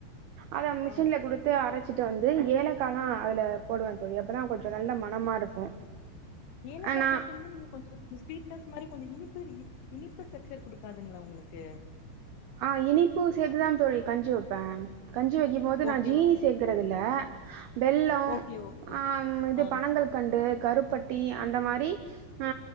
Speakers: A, on the right (about 85°); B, on the left (about 70°).
A: அத மிஷின்ல
B: ஆ
A: குடுத் து அரச்சிட்டு வந்து ஏலக் காலா அதுல போடுவே தோழி அப்பதா கொஞ்சோ நல்ல மனமா இருக்கு
B: ஏலக்கா
A: ஆ நா
B: போட்டீங்ன்னா இன்னு கொஞ்சோ பிஸ் ஸ்வீட்னஸ் மாரி கொஞ்சோ இனிப்பு இ இனிப்பு ஸ்ட்ரக்சர் குடுக்காதுங்ளா உங்களுக்கு
A: ஆ இனிப்பு சேத்துதா தோழி கஞ்சி வப்பே கஞ்சி வைக்கும் போது
B: ஓகே
A: நா ஜீனி
B: ஓகே
A: சேத் குறது இல்ல வெல்லோ
B: ஓகே ஓகே
A: ஆம் இது
B: ஆ
A: பனங்கல் கண்டு கருப்பட்டி அந்த மாரி ஆ